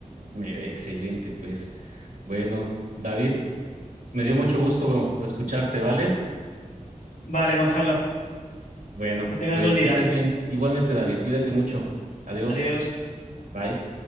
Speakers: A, on the right; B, on the left.
A: Me- Excelente, pues. Bueno, David, me dio mucho gusto escucharte, ¿vale?
B: Vale, Gonzalo.
A: Bueno,
B: Que tengas
A: pues
B: buen día.
A: que estés bien. Igualmente, David, cuídate mucho. Adiós.
B: Adiós.
A: Bye.